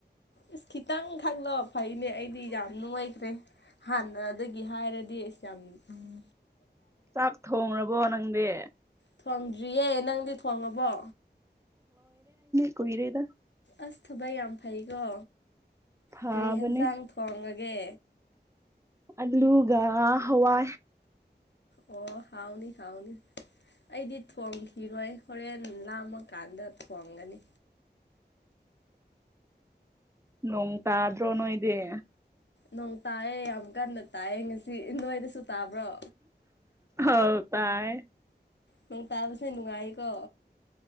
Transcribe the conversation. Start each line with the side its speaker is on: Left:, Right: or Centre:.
Left: ꯑꯁ ꯈꯤꯇꯪ ꯈꯜꯂꯣ ꯐꯩꯅꯦ ꯑꯩꯗꯤ ꯌꯥꯝ ꯅꯨꯡꯉꯥꯏꯈ꯭ꯔꯦ ꯍꯥꯟꯅꯗꯒꯤ ꯍꯥꯏꯔꯗꯤ ꯗꯤꯁꯝ ꯎꯝ
Right: ꯆꯥꯛ ꯊꯣꯡꯕꯣ ꯅꯪꯗꯤ
Left: ꯊꯣꯡꯗ꯭ꯔꯤꯌꯦ ꯅꯪꯗꯤ ꯊꯣꯉꯕꯣ
Right: ꯀꯣꯏ ꯔꯦꯗ
Left: ꯑꯁ ꯊꯕꯛ ꯌꯥꯝ ꯐꯩꯀꯣ
Right: ꯐꯕꯅꯦ
Left: ꯀꯔꯤ ꯍꯦꯟꯖꯥꯡ ꯊꯣꯡꯉꯒꯦ
Right: ꯑ ꯂꯨꯒ ꯍꯋꯥ
Left: ꯑꯣ ꯍꯥꯎꯥꯎꯅꯤ ꯍꯥꯎꯅꯤ ꯑꯩꯗꯤ ꯊꯣꯡ ꯈꯔꯣꯏ ꯍꯔꯦꯟ ꯂꯥꯝꯃ ꯀꯥꯟꯗ ꯊꯣꯡꯒꯅꯤ
Right: ꯅꯅꯨꯡ ꯇꯗ꯭ꯔꯣꯅꯣ ꯏꯦ
Left: ꯅꯣꯡ ꯇꯥꯏꯌꯦ ꯌꯥꯝ ꯀꯥꯟ ꯅ ꯇꯥꯏꯌꯦ ꯉꯁꯤ ꯅꯅꯁꯨ ꯇꯥꯕ꯭ꯔꯣ
Right: ꯑꯧ ꯇꯥꯏ
Left: ꯅꯪ ꯇꯥꯕꯁꯦ ꯅꯨꯡꯉꯥꯏꯀꯣ